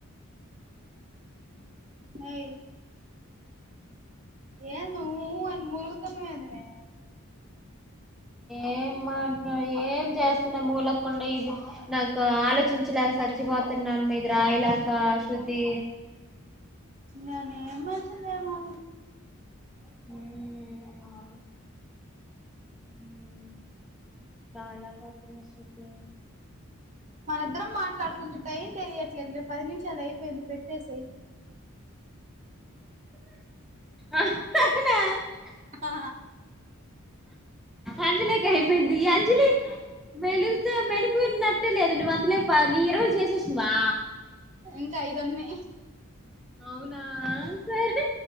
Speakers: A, on the right (about 35°); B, in the centre.
A: మేయి ఏంది మే ఉ ఉ అని మూలుగుతునవు ఏంది మే
B: ఏం మాట్ల ఏం చేస్తున్నా మూలగకుండా ఇది నాకు ఆలోచించలే <unintelligible> సచ్చిపోతున్న మీదిరాయలకా శృతి
A: నేనేం మెన్షన్ <unintelligible>
B: హ్మ్ హ్మ్ రయాలా పోతున్న శృతి
A: మన ఇద్దరం మాట్లాడుకుంటే టైం తెలియట్లేదు లే పది నిమిషాలు అయిపోయింది పెట్టేసేయ్
B: అవునా
A: ఆ
B: అంజిలి అయిపోయింది ఈ అంజలి మెలుతో మెలకువ ఉన్నటే లేదు నువ్వు అంతలే పనీరు చేసేసినవా
A: ఇంకా ఐదు ఉన్నాయ్
B: అవునా సరే